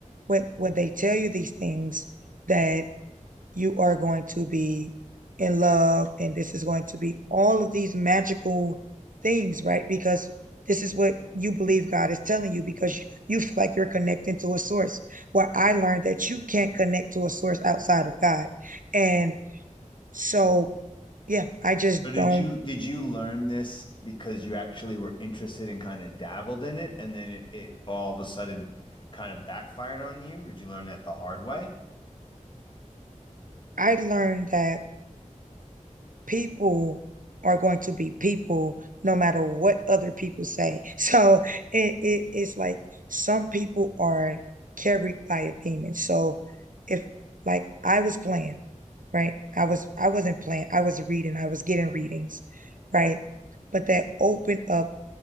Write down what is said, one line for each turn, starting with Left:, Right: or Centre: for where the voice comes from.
Right: when when they tell you these things that you are going to be in love and this is going to be all of these magical things, right? Because this is what you believe God is telling you because you feel like you're connecting to a source. Well, I learned that you can't connect to a source outside of God. And so, yeah, I just
Left: So did
Right: don't
Left: you did you learn this because you actually were interested and kind of dabbled in it and then it, it all of a sudden kind of backfired on you? Did you learn that the hard way?
Right: I learned that people are going to be people no matter what other people say. <laughs> So it, it it's like some people are carried by a demon. So if like I was playing, right? I was I wasn't playing. I was reading. I was getting readings, right? But that opened up